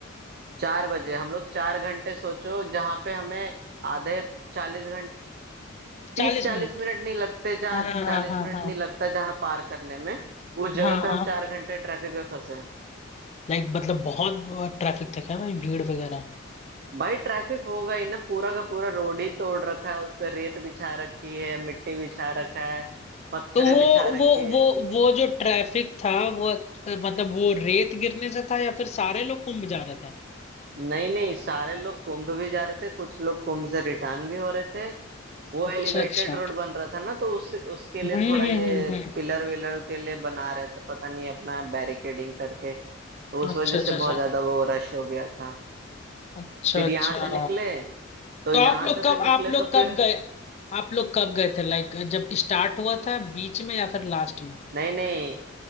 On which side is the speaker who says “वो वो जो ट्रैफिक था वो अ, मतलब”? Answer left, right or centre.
Left